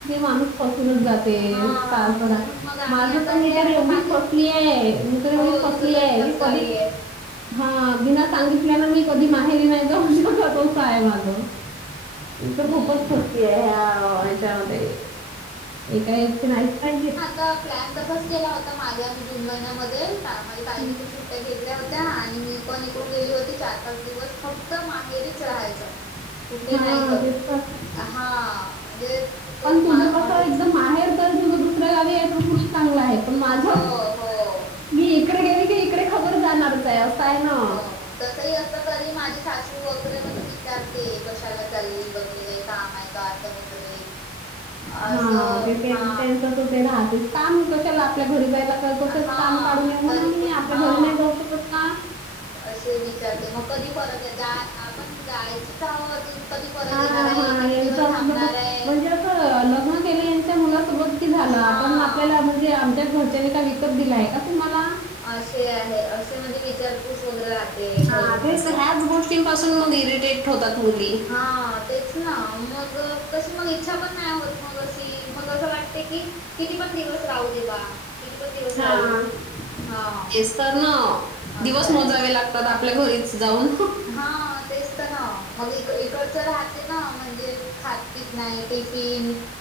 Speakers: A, on the right; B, on the left.
A: माणू फसून जाते
B: हा
A: स
B: म्हणून मग आम्ही
A: माझ
B: आता
A: मी
B: हे आता
A: तर एवढी.
B: मागे
A: फसली आहे मी तर
B: हो
A: एवढी फसली
B: तुझं तर एकाच
A: आहे मी
B: गावी
A: कधी.
B: आहे
A: हा बिना सांगितल्या ना मी कधी माहेरी नाही जाऊ शकत तोसं आहे माझं. मी तर
B: हम्म
A: खूपच खोटली आहे ह्या हच्यामध्ये एका याचे नाहीच पाहिजे.
B: ता प्लॅन तसाच केला होता मागे आम्ही जून महिन्यामध्ये माझ तईनी
A: हं,
B: पण सुट. ्या घेतल्या होत्या आणि मी पण इकडून गेली होती चार पाच दिवस फक्त माहेरीच राहायचं. कुठे
A: हां,
B: नाही जाऊ
A: तेच तर.
B: हा म्हणजे तो
A: पण
B: मा
A: तुझं कसं
B: माहेर.
A: एकदम माहेर तरी तुझ दुसऱ्या गावी आहे तर खूप चांगलं आहे पण माझ.
B: हो हो
A: मी इकडे गेली की इकडे खबर जाणारच आहे असं आहे ना.
B: तस अस. तर तरी माझी सासू वगैरे म्हणजे विचारते कशाला चालली वगैरे काही काम आहे. कासा वगैरे.
A: हा
B: असं
A: ते त्यांच
B: हा
A: तर ते राहतेच काम कशाला आपल्या घरी जायला. कशाच
B: हा
A: काम काढून येऊ
B: तरी
A: ना आम्ही
B: पण
A: आपल्या
B: हा
A: घरी नाही जाऊ शकत का.
B: असे विचारते मग कधी परत जा आपण. जायचेचह अजून कधी परत
A: हां,
B: येणार आहे
A: हां,
B: किती
A: यांचं
B: दिवस
A: असं
B: थांबणार
A: जब
B: आहे
A: म्हणजे असं लग्न केलं यांच्या मुलासोबत कि झालं
B: हा
A: आपण आपल्याला म्हणजे आमच्या घरच्यानी का विकत दिलाय का तुम्हाला
B: असे आहे असे म्हणजे विचारपूस वगैरे राहते
A: हा
B: घरून आमच्या
A: ते ह्याच गोष्टींपासून मग इरिटेट होतात मुली
B: हा तेच ना मग कशी मग इच्छा पण नाही होत मग अशी मग असं वाटते की किती पण दिवस राहू दे बा किती पण दिवस राहू
A: हा तेच
B: हा
A: तर ना
B: असं
A: दिवस
B: आहे
A: मोजावे लागते आपल्या घरीच जाऊन
B: हा तेच तर ना मग इक इकडचं राहते ना म्हणजे. खातपीत नाही टिफिन